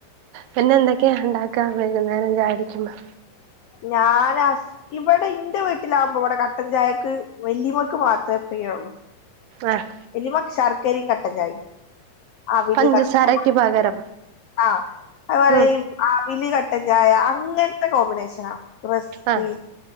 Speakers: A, on the right; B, on the left.
A: പിന്നെഎന്തൊക്കെയാ ഉണ്ടാക്കാ വൈകുന്നേരംചായക്കുടിക്കുമ്പോ
B: ഞാന സ് ഇവിടെ ഇന്റെ വീട്ടിലാകുമ്പോ ഇവിടെ കട്ടൻചായക്ക് വെല്ലിമ്മക്ക് മാത്രം ഫ്രീയാണോ
A: ആഹ്
B: വല്യയുമ്മക്ക് ശർക്കരയും കട്ടചായയും അവല്
A: പഞ്ചസാരക്ക്
B: കട്ടില്ല
A: പകരം
B: അഹ്‌ അത്പറയും
A: ഉം
B: ആവില് ക ട്ടൻചായ അങ്ങനത്തെ കോമ്പിനേഷനാറസ്ക്ക്
A: ആഹ്